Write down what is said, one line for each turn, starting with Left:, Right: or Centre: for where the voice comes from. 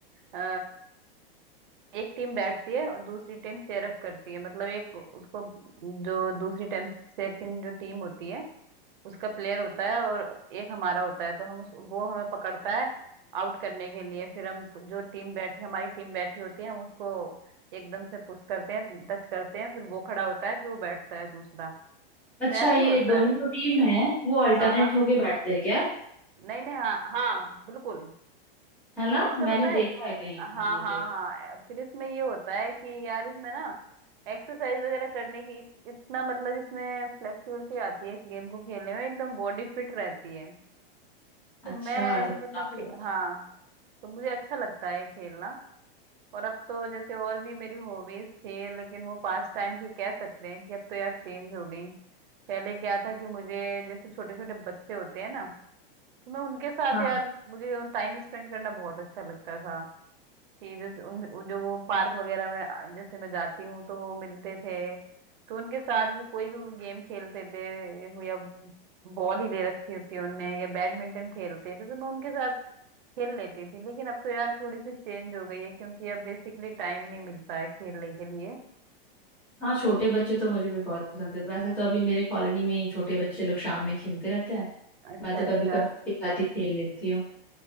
Right: अ, एक टीम बैठती है और दूसरी टीम चेयर अप करती है मतलब एक उसको जो दूसरी टीम सेकंड जो टीम होती है उसका प्लेयर होता है और एक हमारा होता है तो हम उस वो हमें पकड़ता है आउट करने के लिए फिर हम जो टीम बैठी हमारी टीम बैठी होती है हम उसको एकदम से पुश करते हैं टच करते हैं फिर वो खड़ा होता है फिर वो बैठता है दूसरा तो
Centre: अच्छा
Right: ऐसे
Centre: ये
Right: होता
Centre: दोनों
Right: है
Centre: जो टीम है वो अल्टरनेट
Right: हाँ हाँ
Centre: होके बैठते हैं क्या
Right: नहीं नहीं हाँ हाँ बिल्कुल
Centre: है ना
Right: तो इसमें
Centre: मैंने
Right: पता
Centre: देखा
Right: है
Centre: है कहीं
Right: हाँ
Centre: पर ये
Right: हाँ
Centre: गेम
Right: हाँ फिर इसमें ये होता है कि यार इसमें ना एक्सरसाइज वगैरह करने की इत, इतना मतलब इसमें फ्लेक्सिबिलिटी आती है इस गेम को खेलने में एकदम बॉडी फिट रहती है
Centre: अच्छा
Right: तो मैं
Centre: तो काफी
Right: मतलब खे-
Centre: अच्छा।
Right: हाँ तो मुझे अच्छा लगता है खेलना और अब तो जैसे और भी मेरी हॉबीज थी लेकिन वो पास टाइम की कह सकते हैं कि अब तो यार चेंज हो गई पहले क्या था कि मुझे जैसे छोटे छोटे बच्चे होते हैं ना तो मैं उनके साथ
Centre: हाँ
Right: यार मुझे टाइम स्पेंड करना बहुत अच्छा लगता था कि जो उन जो वो पार्क वगैरह में आ, जैसे मैं जाती हूँ तो वो मिलते थे तो उनके साथ भी कोई भी वो गेम खेलते थे या बॉल ही ले रखी होती है उनने या बैडमिंटन खेलते थे तो मैं उनके साथ खेल लेती थी लेकिन अब तो यार थोड़ी सी चेंज हो गई है क्योंकि अब बेसिकली टाइम नहीं मिलता है खेलने के लिए
Centre: हाँ छोटे बच्चे तो मुझे भी बहुत पसंद है वैसे तो अभी मेरे कॉलोनी में ही छोटे बच्चे लोग शाम में खेलते रहते हैं
Right: अच्छा
Centre: मैं तो
Right: अच्छा
Centre: कभी कभी उनके साथ ही खेल लेती हूँ